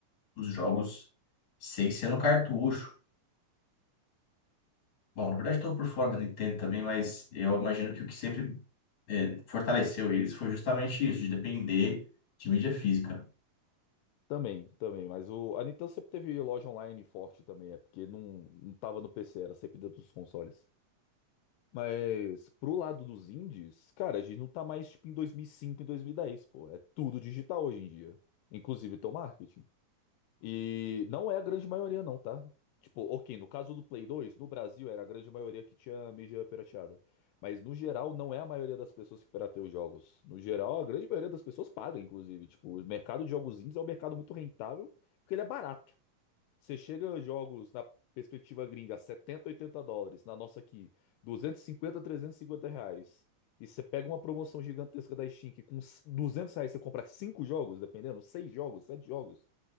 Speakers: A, on the left; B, on the left.
A: os jogos sem ser no cartucho. Bom, na verdade, estou por fora da Nintendo também, mas eu imagino que o que sempre eh, fortaleceu eles foi justamente isso, de depender de mídia física.
B: Também, também, mas o, a Nintendo sempre teve loja online forte também, é porque não, não tava no PC, era sempre dentro dos consoles. Mas pro lado dos indies, cara, a gente não tá mais tipo em 2005, em 2010, pô, é tudo digital hoje em dia, inclusive teu marketing. E não é a grande maioria, não, tá? Tipo, ok, no caso do Play 2, no Brasil era a grande maioria que tinha mídia pirateada. Mas no geral, não é a maioria das pessoas que pirateia os jogos. No geral, a grande maioria das pessoas paga, inclusive. Tipo, o mercado de jogos indies é um mercado muito rentável, porque ele é barato. Você chega a jogos na perspectiva gringa, 70 80 dólares, na nossa aqui, duzentos e cinquenta trezentos e cinquenta reais. E você pega uma promoção gigantesca da Steam, que com 200 reais você compra cinco jogos, dependendo, seis jogos, sete jogos.